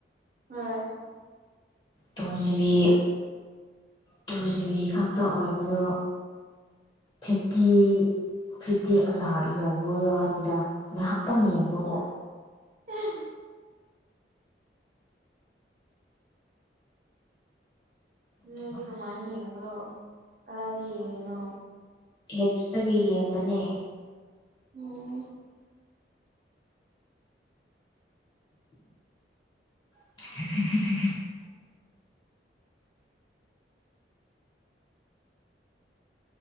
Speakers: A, on the right; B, on the left.
A: ꯍꯣꯏ
B: ꯇꯨ ꯖꯤꯕꯤ ꯇꯨ ꯖꯤꯕꯤ ꯈꯛꯇ ꯑꯣꯏꯕꯗꯣ ꯐꯤꯞꯇꯤ ꯐꯤꯞꯇꯤ ꯑꯂꯥ꯭ꯔꯠ ꯌꯧꯕꯩ ꯋꯥꯅꯤꯗꯥ ꯉꯥꯏꯍꯥꯛꯇꯪ ꯌꯦꯡꯕꯕꯨ
A: <unintelligible>
B: ꯑꯗꯨꯒ
A: ꯅꯣꯏꯗꯤ
B: ꯑꯁ
A: ꯀꯃꯥꯏꯅ ꯌꯦꯡꯕꯔꯣ ꯀꯗꯥꯏꯗ ꯌꯦꯡꯉꯤꯅꯣ
B: ꯑꯦꯞꯁꯇꯒꯤ ꯌꯦꯡꯕꯅꯦ
A: ꯎꯝ
B: <unintelligible>